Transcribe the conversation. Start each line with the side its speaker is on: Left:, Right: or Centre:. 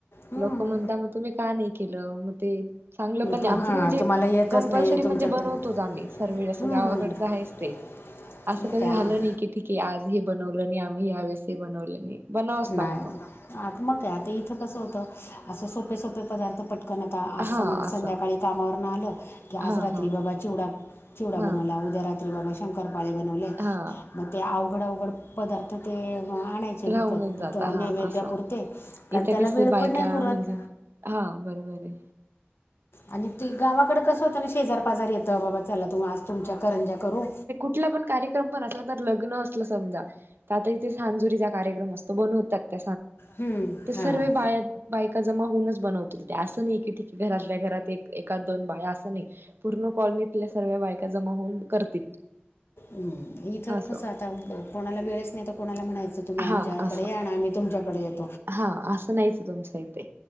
Left: हं.
Right: लोक म्हणता मग तुम्ही का नाही केलं मग ते चांगलं पण नाही
Left: तो
Right: आमच
Left: हां
Right: ते म्हणजे
Left: तुम्हाला येतच
Right: कंपल्सरी
Left: नाही तुमच्याकडून
Right: म्हणजे बनवतोच आम्ही सर्वं
Left: हं.
Right: गावाकडचं आहेच ते.
Left: <unintelligible>
Right: असं कधी
Left: काय
Right: झालं नाही की ठीके आज हे बनवलं नाही आम्ही यावेळेस बनवलं नाही. बनवावच
Left: नाही
Right: लागतो
Left: आता मग काय आता इथं कसं होतं असं सोपे सोपे पदार्थ पट कण आता आज
Right: हा
Left: संध्या
Right: असं
Left: संध्याकाळी कामावरून आलं. की आज
Right: हा
Left: रात्री
Right: हा
Left: बाबा चिवडा चिवडा
Right: हा
Left: बनवला उद्या रात्री बाबा शंकर पाळे बनवले
Right: हा
Left: मते अवघड अवघड पदार्थ ते आणायचे विकत
Right: राहूनच जात.
Left: त-
Right: हा
Left: नैवेद्यापुरते
Right: असं
Left: कारण
Right: इथ
Left: त्याला
Right: कस
Left: वेळ
Right: बायका
Left: पण नाही पुरत
Right: म्हणजे हा बरोबरय.
Left: आणि ती गावाकड कसं होतं ना शेजार पाजार येतं बाबा चला तू आज तुमच्या करंज्याकरू.
Right: कुटला पण कार्यक्रम पण असला तर लग्न असलं समजा तर आता इथे सांजुरीचा कार्यक्रम असतो बनवतात.
Left: हम्म,
Right: ज
Left: हां
Right: सर्व बा बायका जमा होऊनच बनव अस नाही कीठीरात आपल्या घरात एका दोन बाया असणे पूर्ण कॉलनीतल्या सर्व्या बायका जमा होऊन करतील.
Left: हम्म इथं
Right: असं
Left: कसं आता कोणाला वेळेच नाही तर कोणाला म्हणायचं तुम्ही आमच्याकडे
Right: हा असं
Left: आण आम्ही त <unintelligible>
Right: हा असं नाहीच तुमच्या इथे